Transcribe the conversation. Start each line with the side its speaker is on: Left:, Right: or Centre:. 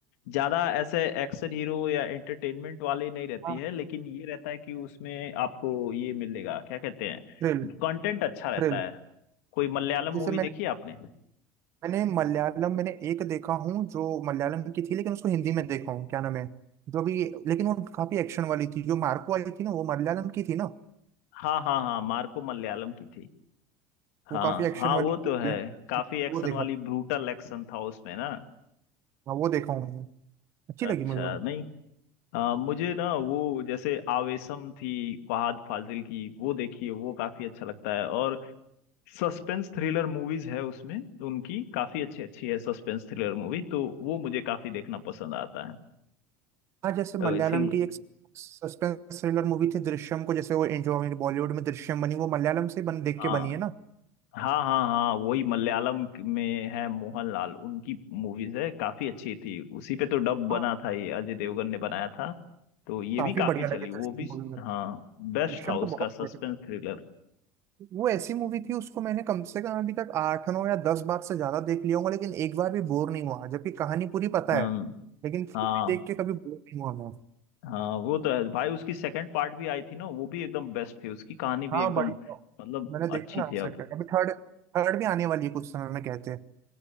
Left: ज्यादा ऐसे एक्शन हीरो या एंटरटेनमेंट वाले नहीं रहती
Right: हाँ
Left: है लेकिन ये रहता है कि उसमें आपको ये मिलेगा क्या कहते हैं
Right: थ्रिल
Left: कंटेंट अच्छा रहता
Right: थ्रिल
Left: है कोई मलयालम
Right: जैसे
Left: मूवी
Right: मैंने
Left: देखी है आपने
Right: मैंने मलयालम मैंने एक देखा हूँ जो मलयालम की थी लेकिन उसको हिंदी में देखा हूँ क्या नाम है जो भी लेकिन वो काफी एक्शन वाली थी जो मार्को आई थी ना वो मलयालम की थी ना
Left: हाँ हाँ हाँ मार्को मलयालम की थी
Right: वो
Left: हाँ
Right: काफी एक्शन
Left: हाँ
Right: वाली
Left: वो
Right: थी,
Left: तो है काफी एक्शन
Right: वो देखा
Left: वाली ब्रूटल एक्शन था उसमें ना
Right: हाँ वो देखा हूँ मैंने अच्छी
Left: अच्छा
Right: लगी मुझे वो
Left: नहीं आ, मुझे ना वो जैसे आवेशम थी फहाद फाजिल की वो देखिए वो काफी अच्छा लगता है और सस्पेंस थ्रिलर मूवीज है उसमें उनकी काफी अच्छी अच्छी है सस्पेंस थ्रिलर मूवी तो वो मुझे काफी देखना पसंद आता है
Right: हाँ जैसे
Left: तो
Right: मलयालम
Left: इसीलिए
Right: की एक सस्पेंस थ्रिलर मूवी थी दृश्यम को जैसे वो जो हमारी बॉलीवुड में दृश्यम बनी वो मलयालम से बन देख
Left: हाँ
Right: के बनी है ना
Left: हाँ हाँ हाँ वही मलयालम में है मोहनलाल उनकी मूवीज है काफी अच्छी थी उसी पे तो डब बना
Right: हाँ
Left: था ये अजय देवगन ने बनाया था तो ये
Right: काफी
Left: भी काफी
Right: बढ़िया
Left: चली
Right: लगे दृश्यम
Left: वो भी
Right: मूवी मेरे
Left: हाँ
Right: को।
Left: बेस्ट
Right: दृश्यम
Left: था
Right: तो
Left: उसका
Right: बहुत
Left: सस्पेंस
Right: बढ़िया
Left: थ्रिलर
Right: वो ऐसी मूवी थी उसको मैंने कम से कम अभी तक आठ नौ या दस बार से ज्यादा देख लिया होगा लेकिन एक बार भी बोर नहीं हुआ जबकि कहानी पूरी पता
Left: हम
Right: है लेकिन फिर
Left: हाँ
Right: भी देख के कभी बोर नहीं हुआ मैं
Left: हाँ वो तो है भाई उसकी सेकंड पार्ट भी आई थी ना वो भी एकदम बेस्ट थी उसकी कहानी भी
Right: हाँ
Left: एकदम
Right: बढ़िया
Left: मतलब
Right: मैंने
Left: अच्छी
Right: देखा ना
Left: थी अब
Right: सर अभी थर्ड थर्ड भी आने वाली है कुछ समय में कहते हैं